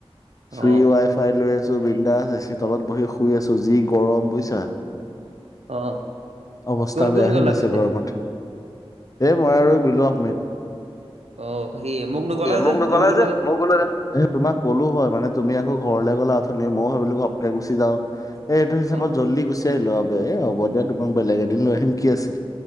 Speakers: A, on the right; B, on the left.
A: অ
B: ফ্ৰি ৱাই ফাই লৈ আছো বিণ্ডাছ এ চি তলত বহি শুই আছো যি গৰম বুজিছা।
A: অ
B: অৱস্থা
A: কোন
B: বেয়া
A: কোন গ'লা
B: হৈ গৈছে
A: পিছে
B: গৰমত এ মই আৰু বিলো আহমেদ।
A: অ সি মোক নকলা
B: এই মোক
A: যে
B: নক'লা
A: মই গলোহেতেন
B: যে মইয়ো গ'লো হেতেন। এ তোমাক ক'লো হয় মানে তুমি আকৌ ঘৰলৈ গ'লে উঠনি ময়ো ভাবিলো ঘপকে গুচি যাওঁ। এ এইটো হিচাপত
A: অ
B: জল্দি
A: অ
B: গুচি আহিলো বে এ হ'ব দিয়া তোমাক বেলেগ এদিন লৈ আহিম কি আছে।